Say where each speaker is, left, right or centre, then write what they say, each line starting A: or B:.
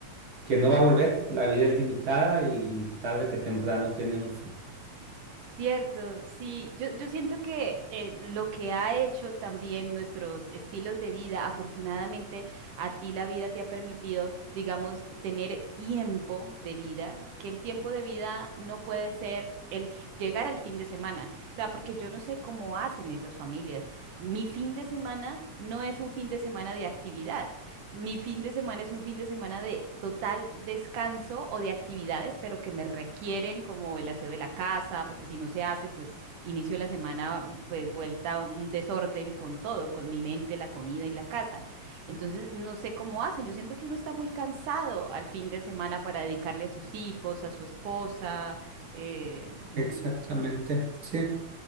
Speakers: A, on the right; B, on the right.
A: que no va a volver, la vida es limitada y tarde que temprano tiene un fin.
B: Cierto, sí, yo, yo siento que eh, lo que ha hecho también nuestros estilos de vida, afortunadamente a ti la vida te ha permitido, digamos, tener tiempo de vida, que el tiempo de vida no puede ser el f- llegar al fin de semana, o sea, porque yo no sé cómo hacen esas familias. Mi fin de semana no es un fin de semana de actividad, mi fin de semana es un fin de semana de total descanso o de actividades, pero que me requieren como el aseo de la casa, porque si no se hace, pues inicio la semana pues vuelta a un desorden con todo, con mi mente, la comida y la casa. Entonces, no sé cómo hacen. Yo siento que uno está muy cansado al fin de semana para dedicarle a sus hijos, a su esposa. eh, no-
A: Exactamente, sí.